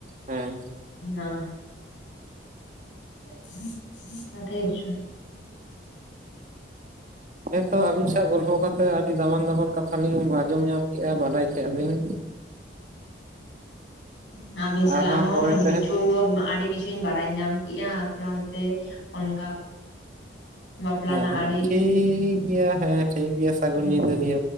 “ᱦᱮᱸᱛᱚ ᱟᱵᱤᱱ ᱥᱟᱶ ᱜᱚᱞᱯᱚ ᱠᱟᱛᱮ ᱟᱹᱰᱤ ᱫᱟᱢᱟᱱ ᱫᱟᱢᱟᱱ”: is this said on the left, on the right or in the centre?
Right